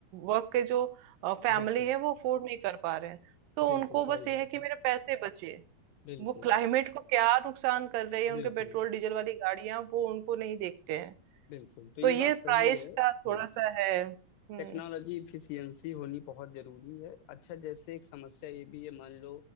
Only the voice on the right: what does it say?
वर्क के जो फैमिली
है वो अफोर्ड नहीं कर पा रहे हैं तो
उनको बस
ये
है कि
मेरे पैसे बचे
वो क्लाइमेट को क्या नुकसान कर रही है उनके
पेट्रोल डीजल वाली गाड़ियां वो उनको नहीं देखते हैं
तो
ये
प्राइस
का थोड़ा सा है हम्म